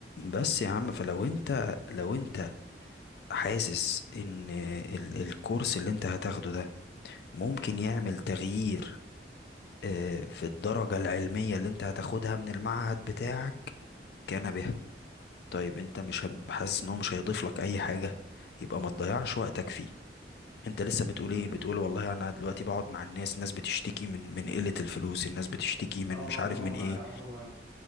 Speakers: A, on the left; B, on the left.
A: بس يا عم فلو انت لو انت حاسس ان ال- الكورس اللي انت هتاخده ده ممكن يعمل تغيير آه، في الدرجة العلمية اللي انت هتاخدها من المعهد بتاعك كان بها طيب انت مش هم- حاسس ان هو مش هيضيف لك اي حاجة يبقى ما تضيعش وقتك فيه انت لسه بتقول
B: امم
A: ايه بتقول والله انا دلوقتي بقعد مع الناس الناس بتشتكي من من قلة الفلوس الناس بتشتكي من
B: اه بقعد
A: مش عارف
B: معاهم
A: من ايه
B: على قهوة